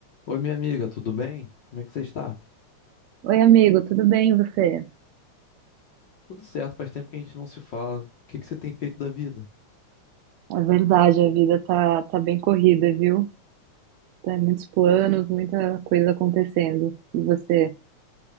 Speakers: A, on the left; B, on the right.
A: Oi, minha amiga, tudo bem? Como é que você está?
B: Oi, amigo, tudo bem e você?
A: Tudo certo, faz tempo que a gente não se fala. O que que você tem feito da vida?
B: É verdade, a vida tá, tá bem corrida, viu? Tem muitos planos, muita coisa acontecendo. E você?